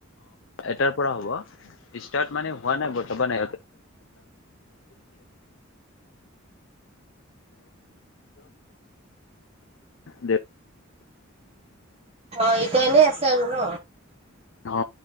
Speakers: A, on the left; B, on the right.
A: অ'এটাৰ পৰা হ'ব ষ্টাৰ্ট মানে হোৱা নাই বৰ্তমান দে <unintelligible>
B: অ এটোয়া এনেই আছে আছে আৰু ন
A: অ